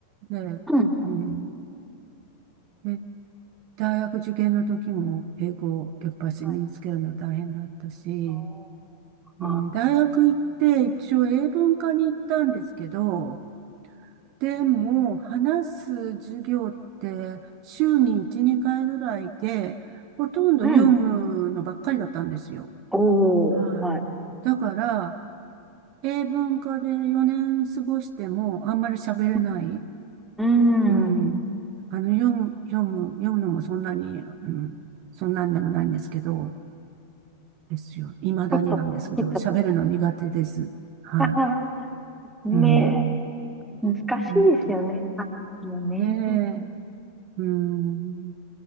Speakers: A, on the right (about 45°); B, in the centre.
A: で、
B: うん、うん
A: うん。で大学受験の時も英語やっぱし身につけるの大変だったし、
B: はい。おー、
A: うん、
B: あ
A: 大学行って一応英文科に行ったんですけど、でも話す授業って週に1、
B: ー、
A: 2回ぐらいで、ほとんど読むのばっかりだったんですよ。
B: うん。おー、
A: はい。
B: はい。
A: だから、英文科で4年過ごしてもあんまり喋れない。
B: うん。う
A: うん。あの、読む、読む、読むのもそんなに、
B: ん
A: うん、そんなんでもないんですけど、ですよ。未だになんですけど、
B: そうそう、ヒッばっかり。
A: 喋るの苦手です。は
B: ああ、ね
A: い。うん。
B: え、難しいですよね、
A: 本当。
B: 話もね。
A: ねえ。うん。